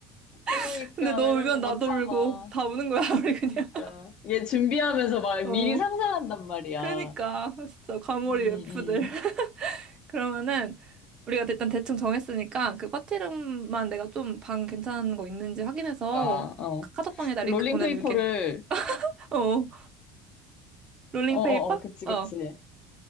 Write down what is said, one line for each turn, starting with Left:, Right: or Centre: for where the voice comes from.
Left: 그러니까
Right: <laughs> 근데 너
Left: 나
Right: 울면
Left: 이런 거 못
Right: 나도
Left: 참아.
Right: 울고, 다 우는 거야, 우리 그냥.
Left: 그러니까 얘 준비하면서
Right: <laughs>
Left: 막
Right: 어,
Left: 미리 상상한단 말이야.
Right: 그니까. 진짜 가몰입
Left: 음,
Right: F들. <laughs>
Left: 음.
Right: 그러면은, 우리가 일단 대충 정했으니까, 그 파티룸만 내가 좀 방 괜찮은 거 있는지 확인해서,
Left: 그러니까 어.
Right: 카- 카톡방에다
Left: 롤링페이퍼를
Right: 링크 보내줄게. 어, 롤링페이퍼?
Left: 어, 어, 어, 그치,
Right: 어,
Left: 그치.